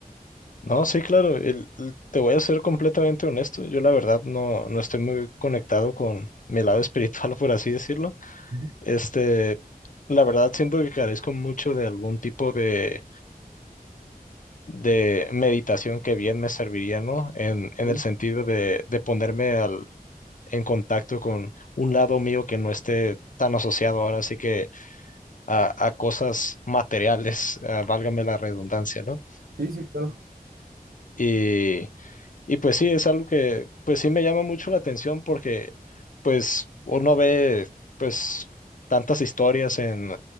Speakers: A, on the left; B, on the right.
A: No, sí, claro, el- el- te voy a ser completamente honesto, yo la verdad no, no estoy muy conectado con mi lado <laughs> espiritual, por así decirlo.
B: Ujú.
A: Este, la verdad siento que carezco mucho de algún tipo de, de meditación que bien me serviría, ¿no? En, en
B: Sí.
A: el sentido de, de ponerme al, en contacto con un lado mío que no esté tan asociado ahora sí que a, a cosas materiales, <laughs> ah, válgame la redundancia, ¿no?
B: Sí, sí, claro.
A: Este, Y pues sí, es algo que pues sí me llama mucho la atención porque pues uno ve pues tantas historias en,